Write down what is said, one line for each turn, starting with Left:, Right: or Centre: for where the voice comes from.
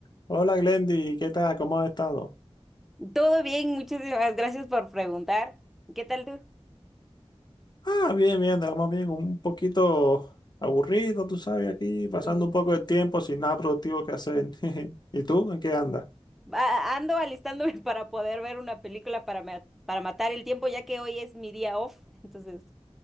Left: Hola Glendy, ¿qué tal? ¿Cómo has estado?
Centre: Todo bien, muchísimas gracias por preguntar. ¿Qué tal tú?
Left: Ah, bien, bien, estamos bien, un poquito aburrido, tú sabes, aquí pasando
Centre: Mm,
Left: un poco de tiempo sin nada productivo que hacer. <laughs> ¿Y tú? ¿En qué andas?
Centre: a- Ando alistándome <laughs> para poder ver una película para, ma- para matar el tiempo, ya que hoy es mi día off. Entonces,